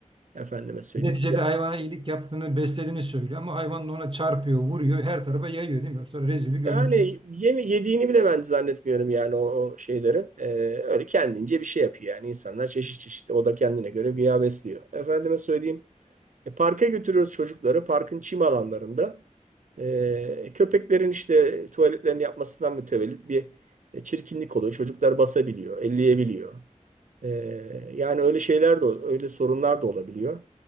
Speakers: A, on the right; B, on the right.
A: Efendime söyleyeyim.
B: Neticede hayvana iyilik yaptığını, beslediğini söylüyor ama hayvan da ona çarpıyor, vuruyor, her tarafa yayıyor değil mi? Sonra rezil bir görüntü.
A: Yani yeme yediğini bile ben zannetmiyorum yani o, o şeylerin. E, öyle kendince bir şey yapıyor yani. insanlar çeşit çeşit. O da kendine göre güya besliyor. Efendime söyleyeyim. E, parka götürüyoruz çocukları. Parkın çim alanlarında. E, köpeklerin işte tuvaletlerini yapmasından mütevellit bir e, çirkinlik oluyor. Çocuklar basabiliyor, elleyebiliyor. E, yani öyle şeyler de, öyle sorunlar da olabiliyor.